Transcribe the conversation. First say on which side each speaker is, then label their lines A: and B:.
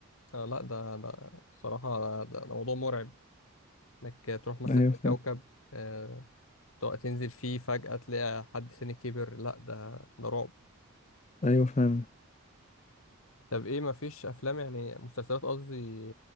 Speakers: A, on the left; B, on the left.
A: آه لا ده ده الصراحة ده, ده موضوع مرعب انك تروح مثلا
B: ايوه
A: في
B: فاهم
A: كوكب آه تق- تنزل فيه فجأة تلاقي حد تاني كبر لا ده ده رعب
B: ايوه فاهم
A: طب ايه مفيش افلام يعني مسلسلات قصدي